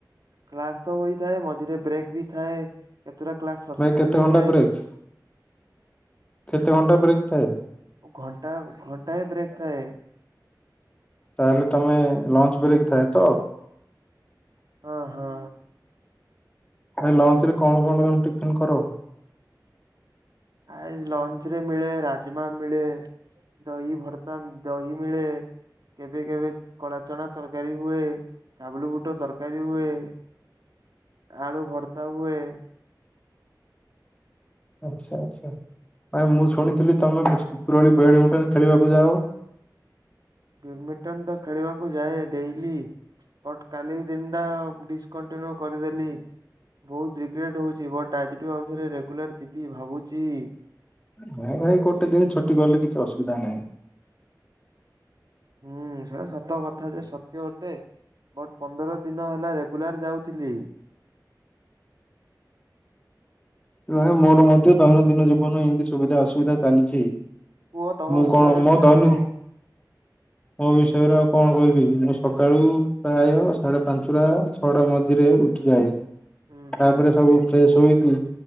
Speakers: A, on the right; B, on the left.
A: କ୍ଲାସତ ହୋଇଥାଏ ମଝିରେ ବ୍ରେକବି ଥାଏ କେତେଟା କ୍ଲାସ ସସ୍ପେଣ୍ଡବି
B: ଭାଇ କେତେ ଘଣ୍ଟା
A: ହୁଏ?
B: ବ୍ରେକ୍ କେତେ ଘଣ୍ଟା ବ୍ରେକଥାଏ?
A: ଘଣ୍ଟା ଘଣ୍ଟାଏ ବ୍ରେକଥାଏ।
B: ତାହେଲେ ତମେ ଲଞ୍ଚ ବ୍ରେକଥାଏତ।
A: ହଁ ହଁ
B: ଭାଇ ଲଞ୍ଚରେ କଣ କଣ ତମେ ଟିଫନକର?
A: ଭାଇ ଲଞ୍ଚରେ ମିଳେ ରାଜମା ମିଳେ। ଦହି ଭର୍ତା ଦହିମିଳେ। କେବେ କେବେ କଳା ଚଣା ତରକାରୀ ହୁଏ। କାବୁଲ ବୁଟ ତରକାରୀ ହୁଏ ଆଳୁ ଭର୍ତାହୁଏ। <inaudible>
B: ଆଚ୍ଛା ଆଚ୍ଛା। ଭାଇ ମୁଁ ଶୁଣିଥିଲି ତମେ ଉପରଓଳି ବେଡମିଣ୍ଟନ ଖେଳିବାକୁ ଯାଅ।
A: ବ୍ୟାଡମିଣ୍ଟନତ ଖେଳିବାକୁ ଯାଏ ଡେଲି। ବଟ କାଲିହିଁ ଦିନଟା ଡିସକଣ୍ଟିନ୍ୟୁ କରିଦେଲି। ବହୁତ ରିଗ୍ରେଡ ହେଉଛି ବଟ ଆଜିଠୁ ଆଉଥରେ ରେଗୁଲାର ଯିବି ଭାବୁଚି।
B: ନାଇଁ ଭାଇ ଗୋଟେଦିନ ଛୁଟି କଲେ କିଛି ଅସୁବିଧା ନାହିଁ।
A: ହୁଁ ସେଡା ସତକଥାଯେ ସତ୍ୟ ଅଟେ। ବଟ ପନ୍ଦରଦିନ ହେଲା ରେଗୁଲାର ଯାଉଥିଲି।
B: ନାଇଁ ମୋର ମଧ୍ୟ ଦୈନନ୍ଦିନ ଜୀବନ ଏମିତି ସୁବିଧା ଅସୁବିଧା ଚାଲିଛି।
A: କୁହ ତମ
B: ମୁଁ
A: ବିଷୟରେ
B: ମୋ
A: କଣ
B: ଦୈନ
A: କୁହ?
B: ମୋ ବିଷୟରେ ଆଉ କଣ କହିବି ମୁଁ ସକାଳୁ ପ୍ରାୟ ସାଢେ ପାଞ୍ଚଟା? ଛଟା ମଝିରେ ଉଠିଯାଏ
A: ହୁଁ ହୁଁ
B: ତାପରେ ସବୁ ଫ୍ରେଶ ହୋଇକି।